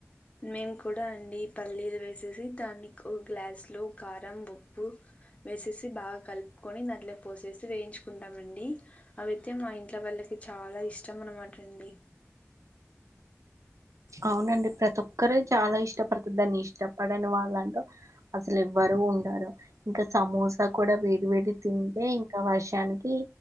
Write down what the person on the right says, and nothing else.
అవునండి ప్రతి ఒక్కర చాలా ఇష్టపడుత దాన్ని ఇష్టపడని వాళ్ళంటూ అసలు ఎవ్వరు రు ఉండారు ఇంకా సమోస కూడా వేడి వేడి తింటే ఇంకా వర్షానికి